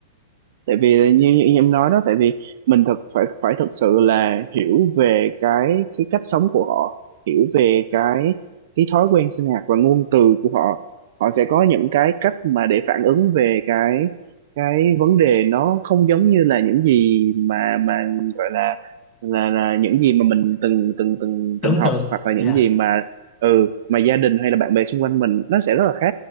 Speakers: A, on the right (about 55°); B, on the left (about 20°).
A: tại vì là như, như em nói đó tại vì mình thật phải phải thật sự là hiểu về cái cái cách sống của họ hiểu về cái cái thói quen sinh hoạt và ngôn từ của họ họ sẽ có những cái cách mà để phản ứng về cái cái vấn đề nó không giống như là những gì mà mà gọi là là là những gì mà mình từng từng từng
B: tưởng
A: từng học
B: tượng
A: hoặc là
B: dạ
A: những gì mà ừ mà gia đình hay là bạn bè xung quanh mình nó sẽ rất là khác